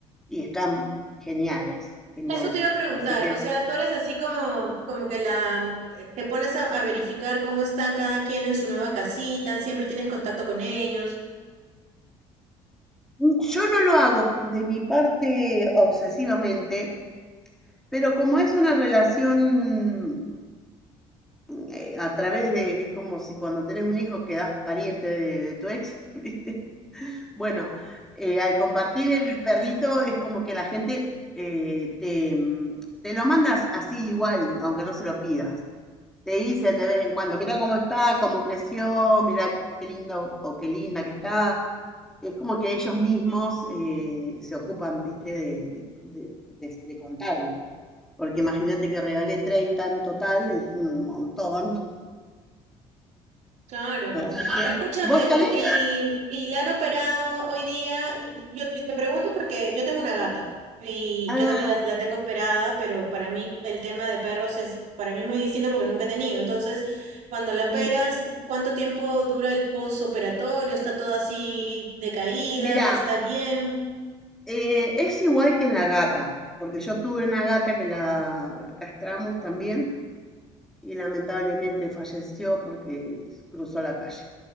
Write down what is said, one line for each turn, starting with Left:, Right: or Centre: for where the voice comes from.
Centre: Y están geniales, geniales.
Right: Eso te iba a preguntar,
Centre: Así que
Right: o sea, tú eres así como, como que la, eh, te pones a, a verificar cómo está cada quien en su nueva casita, siempre tienes contacto con ellos.
Centre: mm, yo no lo hago de mi parte obsesivamente, pero como es una relación eh, a través de, es como si cuando tenés un hijo quedás pariente de, de tu ex, <laughs> ¿viste? Bueno, eh, al compartir el perrito es como que la gente eh, te, mm, te lo mandas así igual, aunque no se lo pidas. Te dicen de vez en cuando, mira cómo está, cómo creció, mira qué lindo o qué linda que está. Es como que ellos mismos eh, se ocupan, viste, de, de- de- de- de contarme. Porque imagínate que regalé 30 en total, es un montón.
Right: Claro.
Centre: Así que,
Right: Escúchame,
Centre: ¿vos tenés?
Right: y, y la han operado hoy día. Yo, yo te pregunto porque yo tengo una gata y
Centre: Ah,
Right: yo también la, la tengo operada, pero para mí el tema de perros es para mí muy distinto porque nunca he tenido. Entonces, cuando la operas,
Centre: sí.
Right: ¿cuánto tiempo dura el posoperatorio? ¿Está todo así decaída?
Centre: Mirá,
Right: ¿Está bien?
Centre: eh, es igual que en la gata, porque yo tuve una gata que la castramos también y lamentablemente falleció porque cruzó la calle.